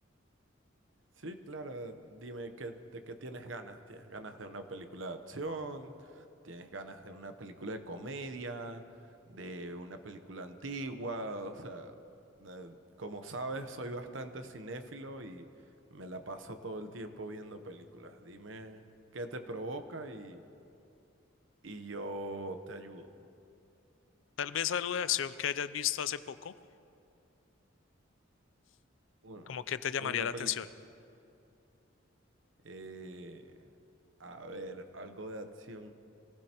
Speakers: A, on the right; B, on the left.
A: Sí, Clara, dime ¿qué- de qué tienes ganas. ¿Tienes ganas de una película de acción? ¿Tienes ganas de una película de comedia? ¿De una película antigua? O sea, eh, como sabes, soy bastante cinéfilo y me la paso todo el tiempo viendo películas. Dime qué te provoca y, y yo te ayudo.
B: Tal vez algo de acción que hayas visto hace poco,
A: Bueno,
B: como que te llamaría
A: una
B: la
A: película.
B: atención.
A: Eh, a ver, algo de acción